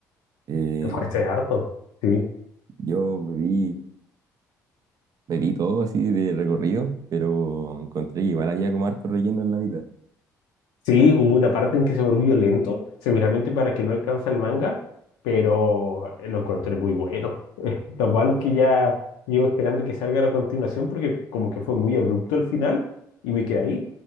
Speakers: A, on the right; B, on the left.
A: eh,
B: Fue ese es harto. Sí.
A: yo me vi, me vi todo así de recorrido, pero encontré que igual había como harto relleno en la mitad.
B: Sí, hubo una parte en que se volvió lento, seguramente para que no alcanza el manga, pero lo encontré muy bueno. Lo malo es que ya llevo esperando que salga la continuación porque como que fue muy abrupto el final y me quedé ahí.